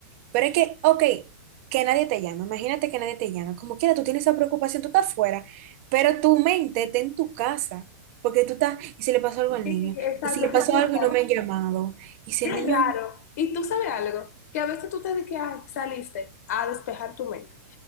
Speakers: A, on the right; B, on the left.
A: Pero es que, ok, que nadie te llame, imagínate que nadie te llame, como quiera, tú tienes esa preocupación, tú estás fuera, pero tu mente está en tu casa, porque tú estás, y si le pasó algo al
B: sí,
A: niño,
B: exacto,
A: y si le pasó
B: sí, exacto.
A: algo y no me han llamado, y si
B: qué
A: el niño,
B: raro. Y tú sabes algo, que a veces tú te dices que "Ay, saliste a despejar tu mente.